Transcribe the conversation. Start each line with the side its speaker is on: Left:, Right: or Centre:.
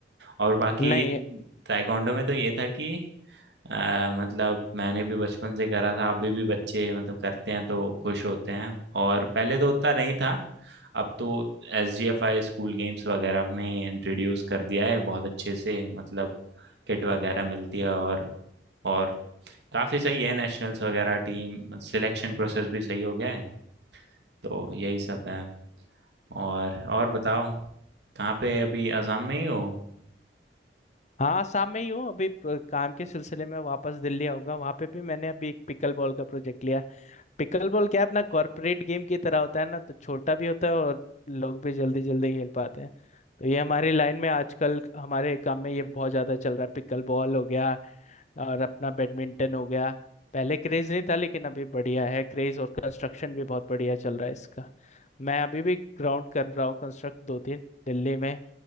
Right: और बाकी
Left: नहीं
Right: ताइक्वांडो में तो ये था कि अ, मतलब मैंने भी बचपन से करा था अभी भी बच्चे मतलब करते हैं तो खुश होते हैं और पहले तो उतना नहीं था अब तो S G F I school games वगैरह में इंट्रोड्यूस कर दिया है बहुत अच्छे से मतलब किट वगैरह मिलती है और और काफी सही है नेशनल्स वगैरह टीम सिलेक्शन प्रोसेस भी सही हो गया है तो यही सब है और और बताओ कहाँ पे अभी असम में ही हो
Left: हाँ शाम में ही हूँ अभी प्र- काम के सिलसिले में वापस दिल्ली आऊंगा वहां पे भी मैंने अभी एक पिकल बॉल का प्रोजेक्ट लिया पिकल बॉल क्या है अपना कॉर्पोरेट गेम की तरह होता है ना तो छोटा भी होता है और लोग भी जल्दी जल्दी खेल पाते हैं तो ये हमारी लाइन में आजकल हमारे काम में ये बहुत ज्यादा चल रहा है पिकल बॉल हो गया और अपना बैडमिंटन हो गया पहले क्रेज नहीं था लेकिन अभी बढ़िया है क्रेज और कंस्ट्रक्शन भी बहुत बढ़िया चल रहा है इसका मैं अभी भी ग्राउंड कर रहा हूँ कंस्ट्रक्ट दो तीन दिल्ली में